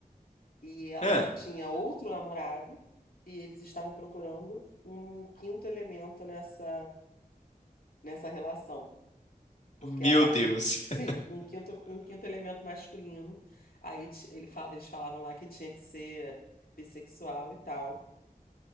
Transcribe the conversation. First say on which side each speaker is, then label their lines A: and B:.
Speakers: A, on the left (about 75°); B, on the left (about 50°).
A: e ela
B: Ah,
A: tinha outro namorado, e eles estavam procurando um quinto elemento nessa, nessa relação. Porque
B: meu
A: aparentemente.
B: Deus.
A: Sim,
B: <laughs>
A: um quinto, um quinto elemento masculino. Aí ti- ele fa- eles falavam lá que tinha que ser bissexual e tal.